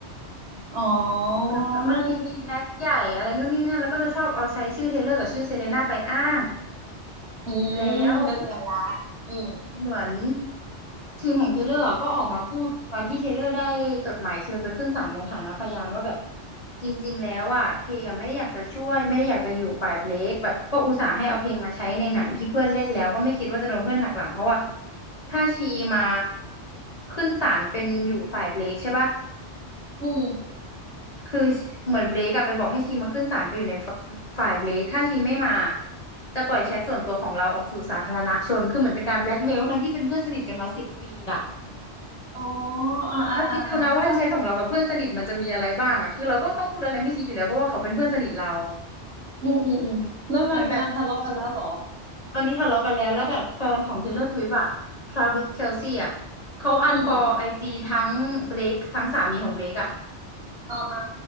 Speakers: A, on the right; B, on the left.
A: อ๋อ
B: แบบเหมือนว่าชีมีแบ็คใหญ่อะไรนู่นนี่นั่นแล้วก็จะชอบเอาใช้ชื่อเทเลอร์กับชื่อเซเลน่าไปอ้าง
A: นั่งอืมเข้าใจละ
B: แล้ว
A: อืม
B: เหมือนทีมของเทเลอร์ก็ออกมาพูดตอนที่เทเลอร์ได้จดหมายเชิญไปขึ้นศาลในฐานะพยานว่าแบบจริงๆแล้วอ่ะเทอะไม่ได้อยากจะช่วยไม่ได้อยากจะอยู่ฝ่ายเบลคแบบก็อุตส่าห์ให้เอาเพลงมาใช้ในหนังที่เพื่อนเล่นแล้วก็ไม่คิดว่าจะโดนเพื่อนหักหลังเพราะว่าถ้าชีมาขึ้นศาลเป็นอยู่ฝ่ายเบลคใช่ปะ
A: อืม
B: คือเหมือนเบรกอะไปบอกให้ชีมาขึ้นศาลไปอยู่ในฝฝ่ายเบรกถ้าชีไม่มาจะปล่อยแชทส่วนตัวของเราออกสู่สาธารณชนคือเหมือนเป็นการแบล็กเมลทั้งที่เป็นเพื่อนสนิทกันมาสิบปีอะ
A: อ๋ออ่าอ่าอ่าอ่าเข้าใจเลย
B: แล้วคิดดูนะว่าแชทของเรากับเพื่อนสนิทมันจะมีอะไรบ้างอะคือเราก็ต้องพูดอะไรไม่คิดอยู่แล้วเพราะว่าเขาเป็นเพื่อนสนิทเรา
A: อืมอืมอืมนื่งนังดังทะเลาะกันแล้วเหรอ
B: เหมือนแบบตอนนี้ทะเลาะกันแล้วแล้วแบบแฟนของ Taylor Swift อะ Travis Kelce อะเขา unfollow
A: อืมอืมอืม
B: ไอจีทั้งเบ k e ทั้งสามีของเบ k e อะ
A: อ๋ออ่า